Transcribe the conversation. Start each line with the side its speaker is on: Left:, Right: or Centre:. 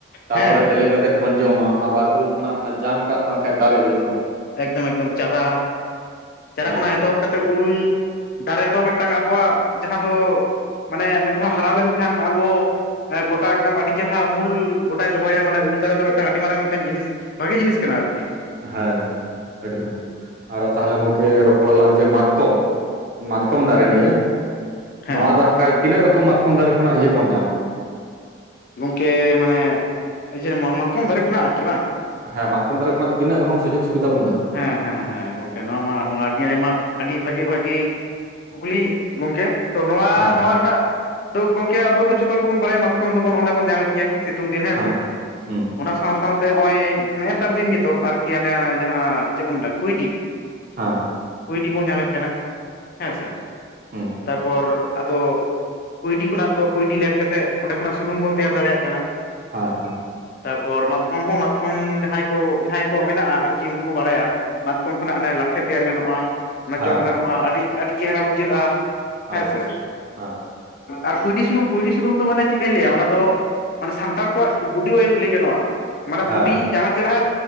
Right: ᱛᱟᱯᱚᱨ
Left: ᱦᱮᱸ
Right: ᱵᱮᱞᱮ ᱠᱟᱛᱮᱫ ᱫᱚᱵᱚᱱ ᱡᱚᱢᱟ ᱟᱵᱟᱨ ᱩᱞ ᱠᱷᱚᱱᱟᱜ ᱚᱱᱟ ᱡᱟᱝᱴᱟᱜ ᱵᱟᱝ ᱠᱷᱟᱱᱡ ᱫᱟᱨᱮ ᱦᱩᱭᱩᱜᱼᱟ᱾
Left: ᱮᱠᱫᱚᱢ ᱮᱠᱫᱚᱢ ᱪᱟᱨᱟ ᱪᱟᱨᱟ
Right: ᱦᱮᱸ
Left: ᱠᱷᱚᱱᱟᱜ
Right: ᱜᱚᱝᱠᱮ
Left: ᱮᱛᱚᱦᱚᱵ ᱠᱟᱛᱮᱫ ᱩᱞ ᱫᱟᱨᱮ ᱫᱚ ᱢᱤᱫᱴᱟᱝ ᱟᱵᱚᱣᱟᱜ ᱡᱟᱦᱟᱸ ᱫᱚ ᱢᱟᱱᱮ ᱢᱤᱫ ᱫᱷᱟᱣ ᱦᱟᱨᱟ ᱞᱮᱱᱠᱷᱟᱱ ᱟᱵᱚ ᱦᱮᱸ ᱜᱚᱴᱟ ᱮᱠᱫᱚᱢ ᱟᱹᱰᱤ ᱪᱮᱦ ᱩᱩᱞ ᱜᱚᱴᱟᱭ ᱫᱚᱦᱚᱭᱟ ᱢᱟᱱᱮ ᱩᱞ ᱫᱟᱨᱮ ᱫᱚ ᱢᱤᱫᱴᱟᱝ ᱟᱹᱰᱤ ᱢᱟᱨᱟᱝ ᱢᱤᱫᱴᱟᱝ ᱡᱤᱱᱤᱥ ᱵᱷᱟᱜᱮ ᱡᱤᱱᱤᱥ ᱠᱟᱱᱟ ᱟᱨᱠᱤ᱾
Right: ᱦᱮᱸ ᱜᱚᱝᱠᱮ ᱮᱠᱫᱚᱢ, ᱟᱨ ᱛᱟᱦᱚᱞᱮ ᱜᱚᱝᱠᱮ ᱨᱚᱯᱚᱲ ᱞᱟᱝ ᱡᱮ ᱢᱟᱛᱠᱚᱢ᱾ ᱢᱟᱛᱠᱚᱢ ᱫᱟᱨᱮ ᱱᱤᱭᱟᱹ,
Left: ᱦᱮᱸ
Right: ᱱᱚᱣᱟ ᱫᱚ ᱦᱟᱸᱜ ᱠᱷᱟᱡ ᱛᱤᱱᱟᱹᱜ ᱨᱚᱠᱚᱢ ᱢᱟᱛᱠᱚᱢ ᱫᱟᱨᱮ ᱠᱷᱚᱱᱟᱜ ᱤᱭᱟᱹ ᱵᱚᱱ ᱧᱟᱢᱟ?
Left: ᱜᱚᱝᱠᱮ ᱢᱟᱱᱮ ᱤᱭᱟᱹ, ᱢᱟᱛᱠᱚᱢ ᱫᱟᱨᱮ ᱠᱷᱚᱱᱟᱜ ᱟᱨᱠᱤ ᱵᱟᱝ᱾
Right: ᱦᱮ ᱢᱟᱛᱠᱚᱢ ᱫᱟᱨᱮ ᱠᱷᱚᱱ ᱛᱤᱱᱟᱹᱜ ᱨᱚᱠᱚᱢ ᱥᱩᱡᱳᱜᱽ ᱥᱩᱵᱤᱫᱷᱟ ᱵᱚᱱ ᱧᱟᱢᱟ?
Left: ᱦᱮᱸ ᱦᱮᱸ ᱦᱮᱸ ᱜᱚᱝᱠᱮ ᱱᱚᱣᱟ ᱢᱟ ᱱᱚᱣᱟ ᱟᱰᱤ ᱟᱭᱢᱟ ᱟᱰᱤ ᱵᱷᱟᱜᱮ ᱵᱷᱟᱜᱤ ᱠᱩᱠᱤᱞᱤ ᱜᱚᱝᱠᱮ ᱾ ᱛᱚ ᱱᱚᱣᱟ
Right: ᱦᱮᱸ
Left: ᱱᱚᱣᱟ ᱨᱮᱱᱟᱜ ᱫᱚ ᱜᱚᱝᱠᱮ ᱟᱵᱚ ᱫᱚ ᱡᱚᱛᱷᱚ ᱜᱮᱵᱚᱱ ᱵᱟᱲᱟᱭᱟ ᱢᱟᱛᱠᱚᱢ ᱫᱚᱵᱚᱱ ᱚᱱᱮ ᱵᱚᱱ ᱧᱟᱢᱮᱜ ᱜᱮᱭᱟ᱾ ᱥᱤᱛᱳᱝ ᱫᱤᱱ ᱦᱮᱸᱥᱮ
Right: ᱦᱮᱸ ᱦᱩᱸ
Left: ᱚᱱᱟ ᱥᱟᱶ ᱥᱟᱶᱛᱮ ᱱᱚᱜᱼᱚᱭ ᱱᱮᱜᱼᱮ ᱱᱮᱛᱟᱨ ᱫᱤᱱ ᱜᱮᱛᱚ ᱟᱨᱠᱤ ᱟᱱᱮ ᱦᱮᱸ ᱪᱮᱫ ᱢᱮᱱᱟ ᱠᱩᱭᱰᱤ᱾
Right: ᱦᱟᱸ
Left: ᱠᱩᱭᱰᱤ ᱵᱚᱱ ᱧᱟᱢᱮᱜ ᱠᱟᱱᱟ ᱦᱮᱸ ᱥᱮ
Right: ᱦᱩᱸ
Left: ᱛᱟᱯᱚᱨ ᱟᱫᱚ ᱠᱩᱭᱰᱤ ᱠᱷᱚᱱᱟᱜ ᱫᱚ ᱠᱩᱭᱰᱤ ᱞᱮᱱ ᱠᱟᱛᱮᱜ ᱚᱸᱰᱮ ᱠᱷᱚᱱᱟᱜ ᱥᱩᱱᱩᱢ ᱵᱚᱱ ᱛᱮᱭᱟᱨ ᱫᱟᱲᱮᱭᱟᱜ ᱠᱟᱱᱟ᱾
Right: ᱦᱮᱸ ᱦᱮᱸ
Left: ᱛᱟᱨᱯᱚᱨ ᱢᱟᱛᱠᱚᱢ ᱦᱚᱸ ᱢᱟᱛᱠᱚᱢ ᱡᱟᱸᱦᱟᱸᱭ ᱠᱚ ᱡᱟᱸᱦᱟᱸᱭ ᱠᱚ ᱢᱮᱱᱟᱜᱼᱟ ᱟᱨ ᱠᱤ ᱩᱱᱠᱩ ᱠᱚ ᱵᱟᱲᱟᱭᱟ ᱢᱟᱛᱠᱚᱢ ᱠᱷᱚᱱᱟᱜ ᱚᱱᱮ ᱞᱟᱴᱷᱮ ᱛᱮᱭᱟᱨ ᱜᱟᱱᱚᱜᱼᱟ ᱚᱱᱟ
Right: ᱦᱮᱸ ᱦᱮᱸ
Left: ᱡᱚᱢ
Right: ᱦᱮᱸ
Left: ᱜᱟᱱᱚᱜᱼᱟ ᱟᱰᱤ ᱟᱰᱤ ᱪᱮᱦᱨᱟ ᱵᱩᱡᱷᱟᱹᱜᱼᱟ ᱦᱮᱸ
Right: ᱟᱪᱪᱷᱟ
Left: ᱥᱮ᱾
Right: ᱦᱮᱸ
Left: ᱟᱨ ᱠᱩᱭᱰᱤ ᱥᱩᱱᱩᱢ, ᱠᱩᱭᱰᱤ ᱥᱩᱱᱩᱢ ᱫᱚ ᱢᱟᱱᱮ ᱪᱮᱜᱠᱟᱧ ᱞᱟᱹᱭᱟ ᱚᱱᱟ ᱫᱚ ᱢᱟᱱᱮ ᱥᱟᱱᱛᱟᱲ ᱠᱚᱣᱟᱜ, ᱵᱩᱰᱤ ᱚᱭᱮᱞ ᱞᱟᱹᱭ ᱜᱟᱱᱚᱜᱼᱟ᱾ ᱢᱟᱱᱮ
Right: ᱦᱮᱸ
Left: ᱵᱩᱰᱤ
Right: ᱦᱮᱸ
Left: ᱡᱟᱦᱟᱸ ᱪᱮᱨᱦᱟ